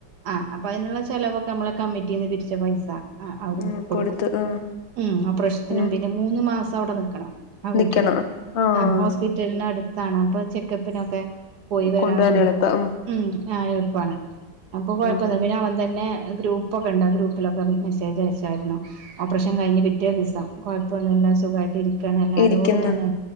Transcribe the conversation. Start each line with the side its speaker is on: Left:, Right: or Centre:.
Right: ആഹ് അപ്പൊ അതിനുള്ള ചെലവൊക്കെ നമ്മളെ കമ്മിറ്റിന്ന് പിരിച്ച പൈസ. ആഹ് അവടെ
Left: ഉം
Right: കൊടുക്കും
Left: കൊടുത്ത് ഉം
Right: ഉം ആഹ് പ്രശ്നത്തിനും
Left: ഉം
Right: പിന്നെ. മൂന്ന് മാസം അവിടെ നിക്കണം ആ
Left: നിക്കണം
Right: വീട്ടില്
Left: ആഹ്
Right: ആ ഹോസ് പിറ്റലിന് അടുത്താണ് അപ്പൊ ചെക്കപ്പിനൊക്കെ പോയി വരാനും.
Left: കൊണ്ടുപോവാൻ എളുപ്പം
Right: ഉം ആഹ് എളുപ്പാണ് അപ്പൊ കൊഴപ്പല്ല
Left: ഉം
Right: പിന്നെ അവൻ തന്നെ ഗ്രൂപ്പ്. ഗ്രൂപ്പൊക്ക്ഒണ്ടായിരുന്നു ആ ഗ്രൂപ്പിലൊക്കെ മെസ്സേജ് അയച്ചായിരുന്നു. ഓപ്പറേഷൻ കഴിഞ്ഞ് പിറ്റേ ദിവസം കുഴപ്പൊന്നുല്ല സുഖവായിട്ട് ഇരിക്കണ് എല്ലാരോടും
Left: ഇരിക്കുന്നു
Right: ഞാന്